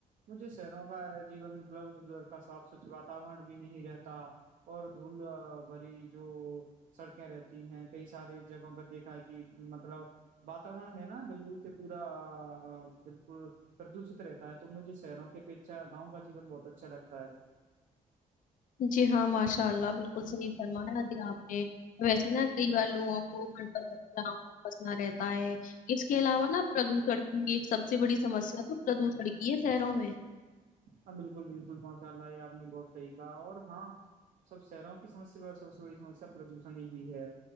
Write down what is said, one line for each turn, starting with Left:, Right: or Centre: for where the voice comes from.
Right: مجھے شہروں کا جیون مطلب اس بھر کا صاف سچھ واتورن بھی نہیں رہتا اور دھول بھری جو سڑکیں رہتی ہیں کئی سارے جگہوں پہ دیکھا ہے کہ مطلب واتورن ہے نا بالکل تو پورا بالکل پردوشت رہتا ہے تو مجھے شہروں کی اپیچھا گاؤں کا جیون بہت اچھا لگتا ہے
Left: جی ہاں ماشاء اللہ بالکل صحیح فرمایا جی آپ نے ویسے نا کئی بار لوگوں کو <inaudible> بسنا رہتا ہے اس کے علاوہ نا پردوشن کی ایک سب سے بڑی سمسیا تو پردوشن کی ہے شہروں میں
Right: ہاں بالکل بالکل ماشاء اللہ یہ آپ نے بہت صحیح کہا اور ہاں سب شہروں کی سمسیا سب سے بڑی سمسیا پردوشن ہی ہی ہے